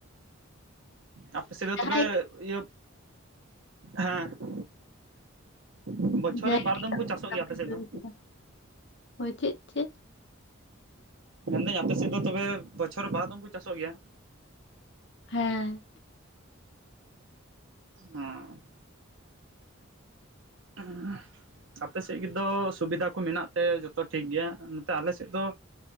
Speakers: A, on the right; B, on the left.
A: ᱟᱯᱮ ᱥᱮᱫ ᱫᱚ
B: ᱡᱟᱦᱟᱸᱭ
A: ᱛᱚᱵᱮ ᱤᱭᱟᱹ ᱦᱮᱸ <unintelligible> ᱵᱚᱪᱷᱚᱨ
B: <unintelligible>
A: ᱨᱮ ᱵᱟᱨ ᱫᱚᱢ ᱠᱚ ᱪᱟᱥᱚᱜ ᱜᱮᱭᱟ ᱟᱯᱮ ᱥᱮᱫ ᱫᱚ
B: ᱦᱳᱭ ᱪᱮᱫ ᱪᱮᱫ?
A: ᱢᱮᱱᱫᱟᱹᱧ ᱟᱯᱮ ᱥᱮᱫ ᱫᱚ ᱛᱚᱵᱮ ᱵᱚᱪᱷᱚᱨ ᱨᱮ ᱵᱟᱨ ᱫᱚᱢ ᱠᱚ ᱪᱟᱥᱚᱜ ᱜᱮᱭᱟ?
B: ᱦᱮᱸ
A: ᱚᱸᱻ ᱩᱸᱦ ᱟᱯᱮ ᱥᱮᱫ ᱫᱚ ᱥᱩᱵᱤᱫᱷᱟ ᱠᱚ ᱢᱮᱱᱟᱜ ᱛᱮ ᱡᱚᱛᱚ ᱴᱷᱤᱠ ᱜᱮᱭᱟ ᱱᱚᱛᱮ ᱟᱞᱮ ᱥᱮᱫ ᱫᱚ